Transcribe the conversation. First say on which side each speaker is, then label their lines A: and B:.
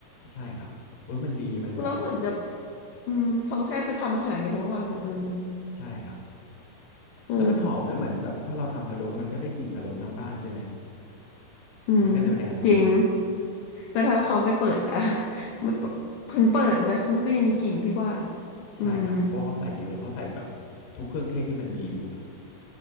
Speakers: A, on the left; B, on the left.
A: ใช่ครับอุ๊ยมันดีมันแบบ
B: <laughs> แล้วเหมือนแบบอืมเขาแทบจะทำอาหารกันทั้งวันนะเออ
A: ใช่ครับ
B: เออ
A: แล้วมันหอมนะเหมือนแบบถ้าเราทำพะโล้มันก็ได้กลิ่นพะโล้ทั้งบ้านใช่ไหม
B: อืม
A: มันก็แนวๆนั้นแหละครับ
B: จริงแต่ถ้าเขาไม่เปิด <laughs> อ่ะไม่เปิดเพิ่งเปิดนะมันก็ยังมีกลิ่นพี่ว่าอืม
A: ใช่ครับเพราะว่าเขาใส่เยอะเขาใส่แบบทุกเครื่องเทศที่มันมีอยู่อะ